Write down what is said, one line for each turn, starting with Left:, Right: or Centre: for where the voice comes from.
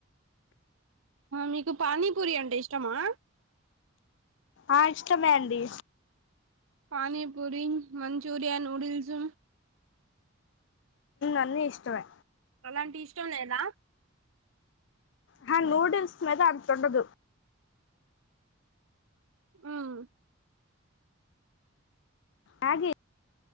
Right: మీకు పానీపూరి అంటే ఇష్టమా
Left: ఆ ఇష్టమేనండి
Right: పనీపూరి మంచూరియా న్యూడిల్స్
Left: అన్ని ఇష్టమే
Right: అలాంటి ఇష్టం మేన
Left: హా నూడిల్స్ మద తొండదు <unintelligible>
Right: ఆమ్
Left: మ్యాగీ